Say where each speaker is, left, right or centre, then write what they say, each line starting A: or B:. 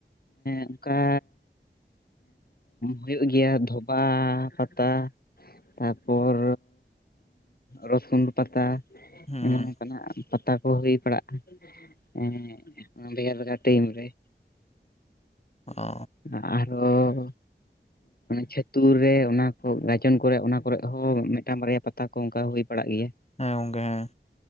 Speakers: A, on the left; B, on the left.
A: ᱚᱱᱠᱟ ᱦᱩᱭᱩᱜ ᱜᱮᱭᱟ ᱫᱷᱚᱵᱟ ᱯᱟᱛᱟ᱾ ᱛᱟᱯᱚᱨ ᱨᱚᱥᱩᱱ ᱯᱟᱛᱟ
B: ᱦᱩᱸ
A: ᱮᱢᱚᱱ ᱚᱱᱠᱟᱱᱟᱜ ᱯᱟᱛᱟ ᱠᱚ ᱦᱩᱭ ᱯᱟᱲᱟᱜᱼᱟ ᱾ ᱮ ᱵᱷᱮᱜᱟᱨ ᱵᱷᱮᱜᱟᱨ ᱴᱤᱢ ᱨᱮ
B: ᱚ
A: ᱟᱨᱚ ᱪᱷᱟᱹᱛᱩᱨ ᱨᱮ ᱚᱱᱟ ᱠᱚ ᱜᱟᱡᱚᱱ ᱠᱚᱨᱮ ᱚᱱᱟ ᱠᱚᱨᱮ ᱦᱚᱸ ᱢᱤᱫᱴᱟᱝ ᱵᱟᱨᱭᱟ ᱯᱟᱛᱟ ᱯᱟᱛᱟ ᱠᱚ ᱚᱱᱠᱟ ᱦᱩᱭ ᱯᱟᱲᱟᱜ ᱜᱮᱭᱟ?
B: ᱦᱮᱸ ᱜᱚᱝᱠᱮ ᱦᱮᱸ